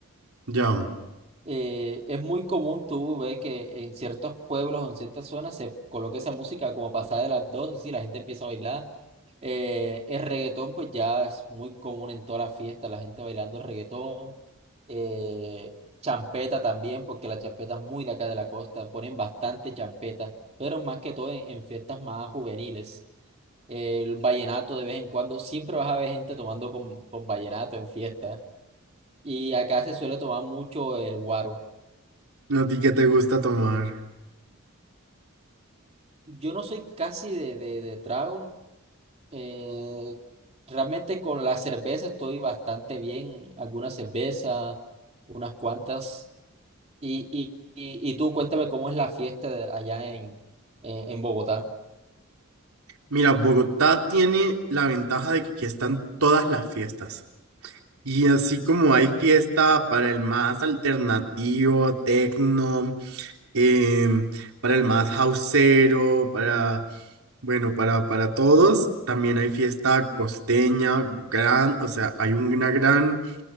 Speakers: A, on the right; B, on the right.
A: ya,
B: eh, es muy común tú ver que en ciertos pueblos o en ciertas zonas se coloca esa música como pasada de las 12, sí, la gente empieza a bailar. Eh, el reggaetón pues ya es muy común en todas las fiestas, la gente bailando reggaetón. Eh, champeta también, porque la champeta es muy de acá de la costa, ponen bastante champeta, pero más que todo en, en fiestas más juveniles. El vallenato de vez en cuando, siempre vas a ver gente tomando con, con vallenato en fiesta. Y acá se suele tomar mucho el guaro.
A: ¿a ti qué te gusta tomar?
B: Yo no soy casi de, de, de trago. eh, realmente con la cerveza estoy bastante bien. Algunas cervezas, unas cuantas. Y, y, y, y tú cuéntame cómo es la fiesta de allá en, eh, en Bogotá.
A: Mira, Bogotá tiene la ventaja de que aquí están todas las fiestas. Y así como hay fiesta para el más alternativo, tecno, em, para el más houseero, para, bueno, para, para todos, también hay fiesta costeña, gran, o sea, hay una gran